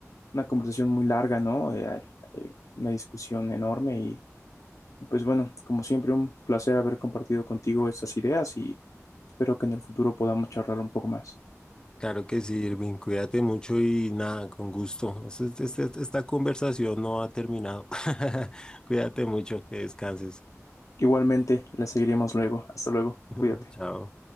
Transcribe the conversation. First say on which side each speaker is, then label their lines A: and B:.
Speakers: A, on the left; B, on the left.
A: una conversación muy larga, ¿no? Eh, eh, una discusión enorme y y pues bueno, como siempre, un placer haber compartido contigo estas ideas y espero que en el futuro podamos charlar un poco más.
B: Claro que sí, Irving, cuídate mucho y nada, con gusto. Es- es- es- es- esta conversación no ha terminado. <laughs> Cuídate mucho, que descanses.
A: Igualmente, las seguiremos luego. Hasta luego.
B: <laughs>
A: Cuídate.
B: Chao.